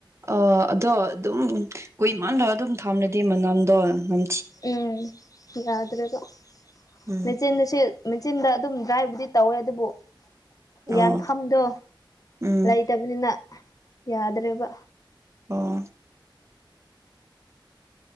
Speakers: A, on the right (about 35°); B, on the left (about 45°).
A: ꯑ ꯑꯗꯣ ꯑꯗꯨꯝ ꯀꯨꯏꯃꯥꯟꯗ ꯑꯗꯨꯝ ꯊꯥꯝꯂꯗꯤ ꯃꯅꯝꯗꯣ ꯅꯝ
B: ꯎꯝ ꯌꯥꯗ꯭ꯔꯦꯕ
A: ꯎꯝ
B: ꯃꯦꯆꯤꯟꯅꯁꯤꯜ ꯃꯦꯆꯤꯟꯗ ꯑꯗꯨꯝ ꯗ꯭ꯔꯥꯏꯕꯨꯗꯤ ꯇꯧꯋꯦ ꯑꯗꯨꯕꯨ
A: ꯑꯣ
B: ꯌꯥꯟꯐꯝꯗꯣ
A: ꯎꯝ
B: ꯂꯩꯇꯕꯅꯤꯅ ꯌꯥꯗ꯭ꯔꯦꯕ
A: ꯑꯣ